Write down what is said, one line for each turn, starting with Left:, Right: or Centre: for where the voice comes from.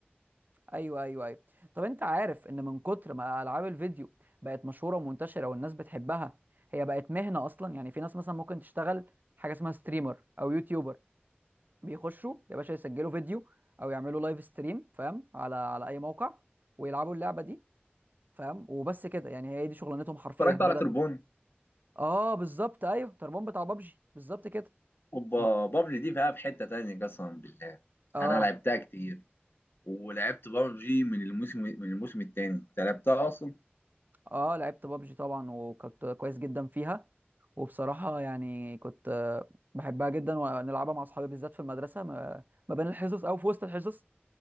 Right: ايوه ايوه ايوه طب انت عارف ان من كتر ما العاب الفيديو بقت مشهوره ومنتشره والناس بتحبها هي بقت مهنه اصلا يعني في ناس مثلا ممكن تشتغل حاجه اسمها ستريمر او يوتيوبر بيخشوا يا باشا يسجلوا فيديو او يعملوا لايف ستريم فاهم على على اي موقع ويلعبوا اللعبه دي فاهم وبس كده يعني هي دي شغلانتهم حرفيا
Left: اتفرجت
Right: بدل
Left: على تربون
Right: اه بالظبط ايوه تربون بتاع بابجي بالظبط كده
Left: اوبا
Right: ما
Left: بابجي دي بقى في حته تانيه قسما بالله
Right: اه
Left: انا لعبتها كتير ولعبت بابجي من الموسم من الموسم الثاني انت لعبتها اصلا
Right: اه لعبت بابجي طبعا وكنت كويس جدا فيها وبصراحة يعني كنت آه، بحبها جدا ونلعبها مع اصحابي بالذات في المدرسة ما ما بين الحصص او في وسط الحصص